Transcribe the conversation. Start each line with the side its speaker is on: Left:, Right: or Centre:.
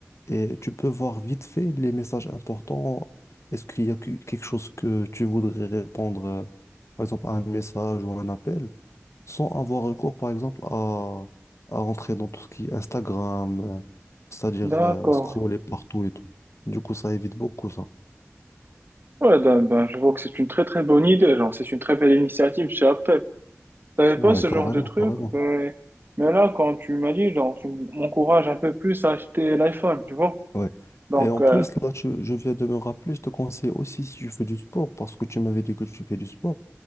Left: et tu peux voir vite fait les messages importants. Est-ce qu'il y a que- quelque chose que tu voudrais répondre, euh, par exemple, à un message ou un appel, sans avoir recours, par exemple, à, à rentrer dans tout ce qui est Instagram, euh, c'est-à-dire
Right: d'accord.
Left: euh, scroller partout et tout. Du coup, ça évite beaucoup ça.
Right: Ouais, ben, ben, je vois que c'est une très très bonne idée, genre c'est une très belle initiative chez Apple. T'avais pas
Left: Ouais,
Right: ce
Left: carrément,
Right: genre de truc,
Left: carrément.
Right: ben, mais là quand tu m'as dit, genre tu m'encourages un peu plus à acheter l'iPhone, tu vois.
Left: Ouais.
Right: Donc
Left: Et en
Right: euh,
Left: plus, là, tu- je viens de me rappeler, je te conseille aussi si tu fais du sport, parce que tu m'avais dit que tu fais du sport.